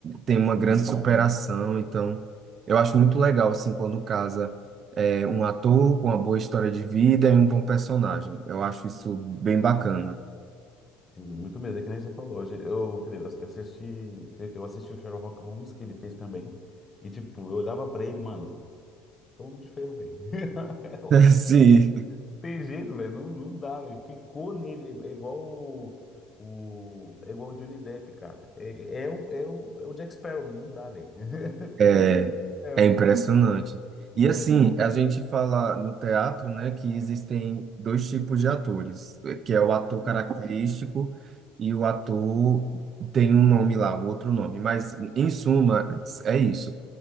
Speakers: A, on the right; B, on the left.
A: tem uma
B: Sim,
A: grande superação, então eu acho muito legal, assim, quando casa é, um ator com uma boa história de vida e um bom personagem. Eu acho isso bem bacana.
B: sim, muito mesmo. É que nem você falou. hoje Eu, eu assisti, eu assisti o Sherlock Holmes que ele fez também. E, tipo, eu olhava pra ele, mano, é o Homem de Ferro, velho. <laughs> É o
A: <laughs>
B: Homem de
A: Sim,
B: Ferro. Não Tem jeito, velho. Não, não dá, velho. Ficou nele. É é igual o, o- é igual o Johnny Depp, cara. É, é, é o, é, o, é o Jack Sparrow. Não dá, velho. <laughs>
A: é
B: Ele é o Jack Sparrow,
A: é impressionante.
B: entendeu? né?
A: E assim, a gente fala no teatro, né, que existem dois tipos de atores, que é o ator
B: Hum,
A: característico e o ator tem um nome lá, um outro nome. Mas, em suma, é isso.